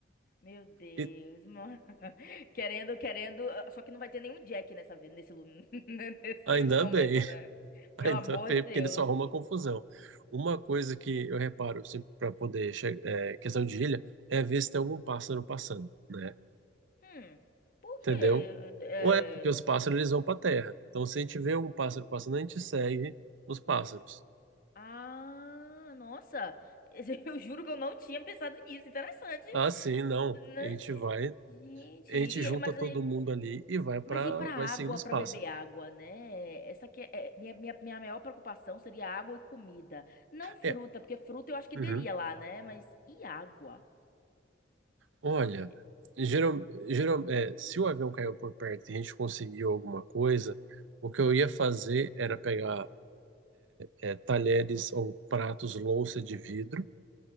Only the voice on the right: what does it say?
E
ainda
bem, <laughs>
ainda
bem,
porque ele só arruma confusão. Uma coisa que eu reparo, sempre para poder che- é, questão de ilha, é ver se tem algum pássaro passando, né?
Entendeu?
Ou é porque os pássaros eles vão para terra. Então, se a gente vê algum pássaro passando, a gente segue os pássaros.
Ah, sim, não.
A gente vai, a
gente junta
todo
mundo ali e vai para,
vai
seguindo os
pássaros.
É,
Uhum.
Olha,
geral, geral, é, se o avião caiu por perto e a gente conseguiu alguma coisa, o que eu ia fazer era pegar é, talheres ou pratos, louça de vidro,